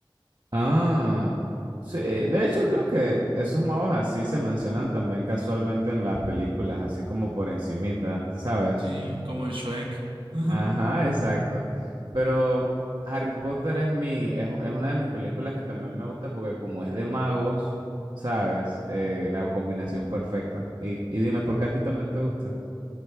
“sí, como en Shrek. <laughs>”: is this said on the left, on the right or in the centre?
Right